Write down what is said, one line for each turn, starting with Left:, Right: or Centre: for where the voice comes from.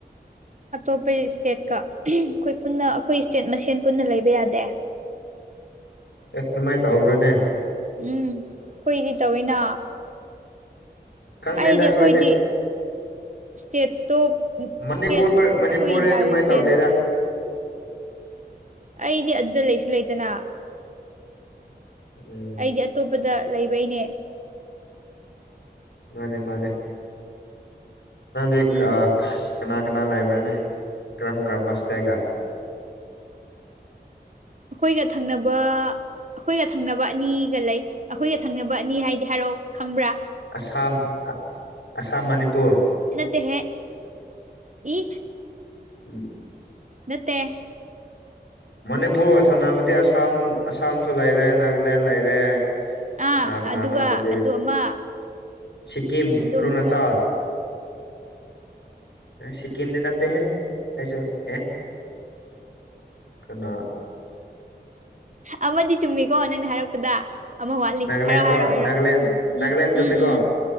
Right: ꯑꯇꯣꯞꯄ ꯏꯁꯇꯦꯠꯀ ꯑꯩꯈꯣꯏ ꯄꯨꯟꯅ ꯑꯩꯈꯣꯏ ꯏꯁꯇꯦꯠ ꯃꯁꯦꯟ ꯄꯨꯟꯅ ꯂꯩꯕ ꯌꯥꯗꯦ
Left: ꯑꯁ ꯑꯗꯨꯃꯥꯏꯅ ꯇꯧꯕ꯭ꯔꯣꯅꯦ
Right: ꯎꯝ ꯀꯨꯏꯗꯤ ꯇꯧꯋꯤꯅ
Left: ꯀꯪꯗꯦꯗꯈꯣꯏꯗꯦ
Right: ꯑꯩꯗꯤ ꯑꯩꯈꯣꯏꯗꯤ ꯏꯁꯇꯦꯠꯇꯣ
Left: ꯃꯅꯤꯄꯨꯔ
Right: ꯏꯁꯇꯦꯠ
Left: ꯃꯅꯤꯄꯨꯔ
Right: ꯑꯩꯈꯣꯏ ꯏꯟꯗꯤꯌꯥꯒꯤ
Left: ꯑꯗꯨꯃꯥꯏꯅ
Right: ꯏꯁꯇꯦꯠ
Left: ꯇꯧꯗꯣꯏꯗ
Right: ꯑꯩꯗꯤ ꯑꯗꯨꯗ ꯂꯩꯁꯨ ꯂꯩꯇꯅ
Left: ꯎꯝ
Right: ꯑꯩꯗꯤ ꯑꯇꯣꯞꯄꯗ ꯂꯩꯕꯩꯅꯦ
Left: ꯃꯥꯅꯦ ꯃꯥꯅꯦ ꯅꯗꯤ
Right: ꯎꯝ
Left: ꯀꯅꯥ ꯀꯅꯥ ꯂꯩꯕ꯭ꯔꯦꯅꯦ ꯀꯔꯝ ꯀꯔꯝꯕ ꯑꯁꯤꯗꯩꯒ
Right: ꯑꯩꯈꯣꯏꯒ ꯊꯪꯅꯕ ꯑꯩꯈꯣꯏꯒ ꯊꯪꯅꯕ ꯑꯅꯤꯒ ꯂꯩ ꯑꯩꯈꯣꯏꯒ ꯊꯪꯅꯕ ꯑꯅꯤ ꯍꯥꯏꯗꯤ ꯍꯥꯏꯔꯛꯑꯣ ꯈꯪꯕ꯭ꯔꯥ
Left: ꯑꯁꯥꯝ ꯑꯁꯥꯝ ꯃꯅꯤꯄꯨꯔ
Right: ꯅꯠꯇꯦ ꯍꯦ ꯏ
Left: <inaudible>
Right: ꯅꯠꯇꯦ
Left: ꯃꯅꯤꯄꯨꯔꯒ ꯊꯪꯅꯕꯗꯤ ꯑꯁꯥꯝ ꯑꯁꯥꯝꯁꯨ ꯂꯩꯔꯦ ꯅꯥꯒꯥꯂꯦꯟ ꯂꯩꯔꯦ
Right: ꯑꯥ
Left: ꯀꯅꯥ ꯀꯅꯥꯅꯣ
Right: ꯑꯗꯨꯒ
Left: ꯑꯗꯨꯗꯤ
Right: ꯑꯗꯨ ꯑꯃ
Left: ꯁꯤꯛꯀꯤꯝ
Right: ꯑꯗꯨ
Left: ꯑꯔꯨꯅꯥꯆꯜ
Right: ꯑꯃꯒ
Left: ꯁꯤꯀꯤꯝꯗ ꯅꯠꯇ ꯍꯦ ꯑꯩꯁꯨ ꯑꯦ ꯀꯩꯅꯣ
Right: ꯑꯃꯗꯤ ꯆꯨꯝꯃꯤꯀꯣ ꯅꯪꯅ ꯍꯥꯏꯔꯛꯄꯗ ꯑꯃ ꯋꯥꯠꯂꯤ
Left: ꯅꯥꯒꯥꯂꯦꯟ
Right: ꯍꯥꯏꯔꯣ ꯍꯥꯏꯔꯣ
Left: ꯀꯣ
Right: ꯍꯥꯏꯔꯣ
Left: ꯅꯥꯒꯥꯂꯦꯟ ꯅꯥꯒꯥꯂꯦꯟ
Right: ꯎꯝ ꯎꯝ
Left: ꯆꯃꯤ ꯀꯣ
Right: ꯎꯝ